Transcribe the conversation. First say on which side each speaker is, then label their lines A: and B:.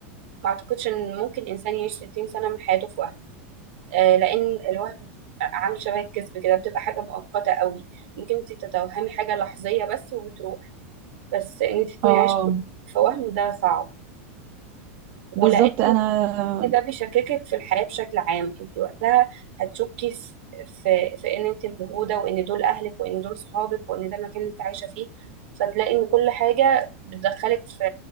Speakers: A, on the right; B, on the right.
A: ما اعتقدش ان ممكن انسان يعيش 60 سنه من حياته في آه، لان الوهم عامل شبه الكذب كده بتبقى حاجه مؤقته قوي ممكن انت تتوهمي حاجه لحظيه بس وبتروح بس ان انت تكوني
B: اه
A: عايشه في وهم ده صعب ولان
B: بالظبط انا
A: إن ده بيشككك في الحياه بشكل عام انت وقتها هتشكي في في في ان انت موجوده وان دول اهلك وان دول صحابك وان ده المكان اللي انت عايشه فيه فتلاقي ان كل حاجه بتدخلك في